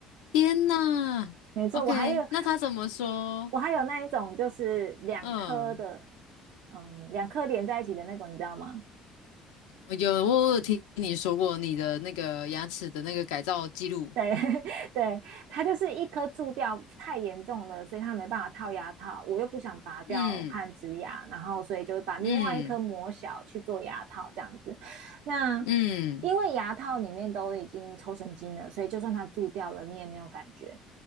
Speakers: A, on the left; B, on the right.
A: 天呐
B: 没错，
A: OK，
B: 我还有
A: 那他怎么说？
B: 我还有那一种就是两颗的，
A: 嗯，
B: 嗯，两颗连在一起的那种，你知道吗？
A: 我有我有听你说过你的那个牙齿的那个改造记录。
B: 对 <laughs> 对，它就是一颗蛀掉太严重了，所以它没办法套牙套，我又不想拔掉和植牙，
A: 嗯
B: 然后所以就是把另外一颗磨小去做牙套这样子。
A: 嗯
B: 那
A: 嗯，
B: 因为牙套里面都已经抽神经了，所以就算它蛀掉了，你也没有感觉。